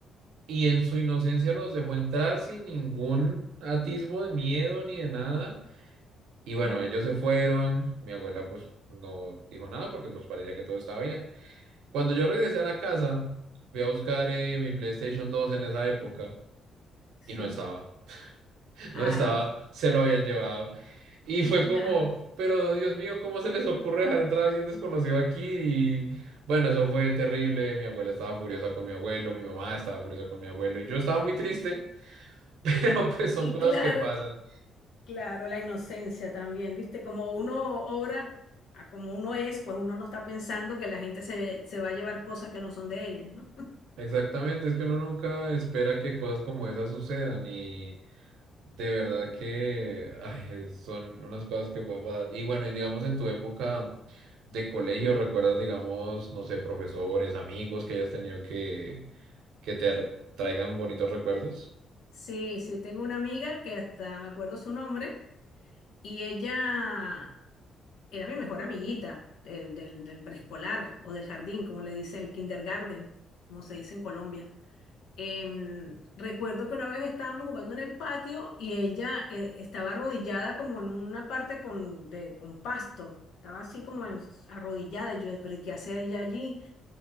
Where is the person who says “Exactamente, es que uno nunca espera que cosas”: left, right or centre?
Right